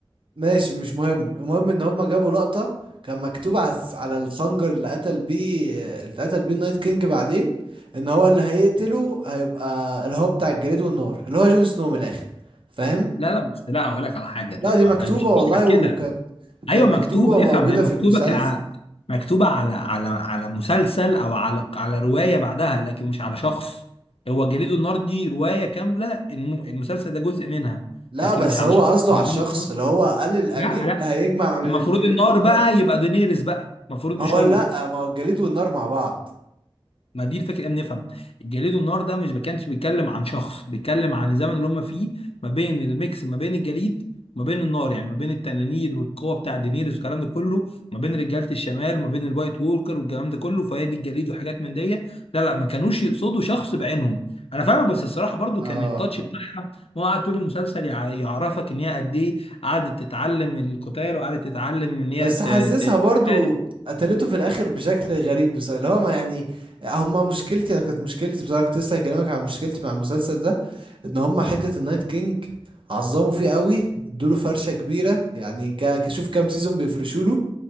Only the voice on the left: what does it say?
لا لا بس لا هقول لك على حاجه طب
ما
هي مش
فكره
كده ايوه
مكتوبه
افهم هي مكتوبه
كع... مكتوبه على على على مسلسل او على على روايه بعدها لكن مش على شخص هو جليدو النار دي روايه كامله الم... المسلسل ده جزء منها
لكن
مش على
شخص
مش
جون سنو
لا
لا
المفروض
النار
بقى يبقى دينيرس بقى المفروض
مش
هو
ما دي الفكره ان نفهم الجليد والنار ده مش ما كانش بيتكلم عن شخص بيتكلم عن الزمن اللي هم فيه ما بين الميكس ما بين الجليد وما بين النار يعني ما بين التنانير والقوه بتاع دينيريس والكلام ده كله ما بين رجاله الشمال وما بين الوايت وولكر والكلام ده كله فهي دي الجليد وحاجات من دي لا لا ما كانوش يقصدوا شخص بعينهم انا فاهمك بس الصراحه برضو
كان التاتش بتاعها ما هو قعد طول المسلسل يع- يعرفك ان هي قد ايه قعدت تتعلم القتال وقعدت تتعلم ان هي
ت-
ت-
تحارب